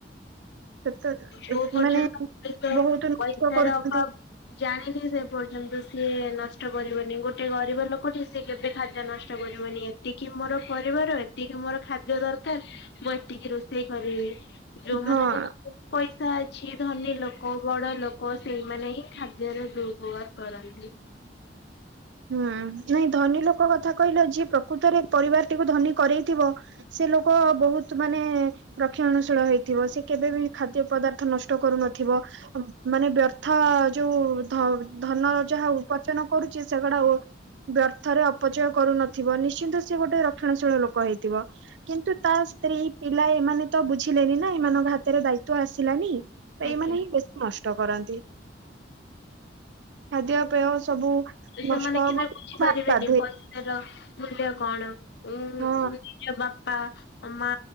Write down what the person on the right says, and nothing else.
ସେତ
ମାନେ
ବହୁତ ନଷ୍ଟ
କରୁଛନ୍ତି
ହଁ
ହୁଁ ନାଇଁ ଧନୀ ଲୋକ କଥା କହିଲେ, ଯିଏ ପ୍ରକୃତରେ ପରିବାରଟିକୁ ଧନୀ କରେଇଥିବ, ସେ ଲୋକ ବହୁତ ମାନେ ରକ୍ଷଣଶୀଳ ହେଇଥିବ। ସେ କେବେ ବି ଖାଦ୍ୟ ପଦାର୍ଥ ନଷ୍ଟ କରୁନଥିବ। ମାନେ ବ୍ୟର୍ଥ ଯୋଉ ଧ ଧନ ଯାହା ଉପାର୍ଜନ କରୁଛି। ସେଗୁଡା ବ୍ୟର୍ଥରେ ଅପଚୟ କରୁନଥିବ, ନିଶ୍ଚିନ୍ତ ସେ ଗୋଟେ ରକ୍ଷଣ ଶୀଳ ଲୋକ ହେଇଥିବ। କିନ୍ତୁ ତା ସ୍ତ୍ରୀ ପିଲା ଏମାନେ ତ ବୁଝିଲେନି ନା ଏମାନଙ୍କ ହାତ ରେ ଦାୟିତ୍ବ ଆସିଲାନି, ତ
ଏଇମାନେ ହିଁ ବେଶୀ ନଷ୍ଟ କରନ୍ତି। ଖାଦ୍ୟ ପେୟ ସବୁ
ନଷ୍ଟ
ବାଧ୍ୟ
ହଁ